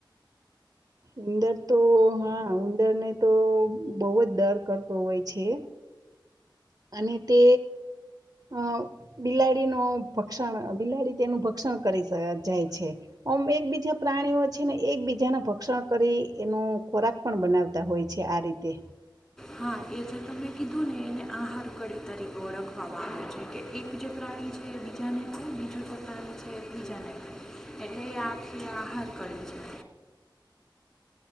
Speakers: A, on the right (about 50°); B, in the centre.
A: ઉંદર તો હા ઉંદરને તો બહુ જ ડર કરતો હોય છે અને તે અ બિલાડી ન ભક્ષણ બિલાડી તેનું ભક્ષણ કરી જાય છે આમ એકબીજા પ્રાણીઓ છે ને એકબીજાના ભક્ષણ કરી એનો ખોરાક પણ બનાવતા હોય છે આ રીતે
B: હા એ જે તમે કીધું ને એને આહાર કડી તરીકે ઓળખવામાં આવ્યો છે કે એક જે પ્રાણી છે એ બીજાને ખાય બીજું જે પ્રાણી છે બીજાને ખાય એટલે આખી આહાર કડી છે